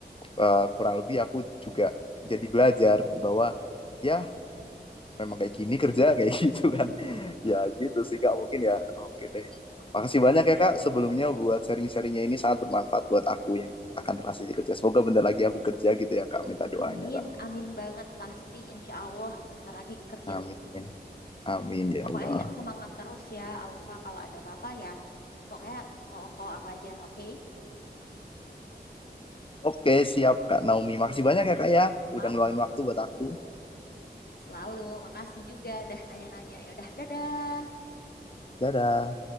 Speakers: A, on the left; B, on the left.
A: eh, kurang lebih aku juga jadi belajar bahwa ya memang kayak gini kerja <laughs> kayak gitu kan <laughs> ya gitu sih kak mungkin
B: Mm.
A: ya oke deh makasih banyak ya kak sebelumnya buat sharing-sharingnya ini sangat bermanfaat buat aku yang akan transisi kerja semoga bentar lagi aku kerja gitu ya kak minta doanya
B: Amin,
A: kak
B: amin banget pasti insya Allah bentar lagi kerja.
A: amin amin ya
B: Pokoknya
A: Allah
B: semangat terus ya, Aufa. Kalau ada apa-apa ya, pokoknya call-call aku aja, oke?
A: oke siap kak Naomi makasih banyak ya kak ya udah
B: Oke,
A: ngeluangin waktu buat aku
B: selalu. Makasih juga. Dah nanya-nanya. Ya udah, dadah.
A: Dadah.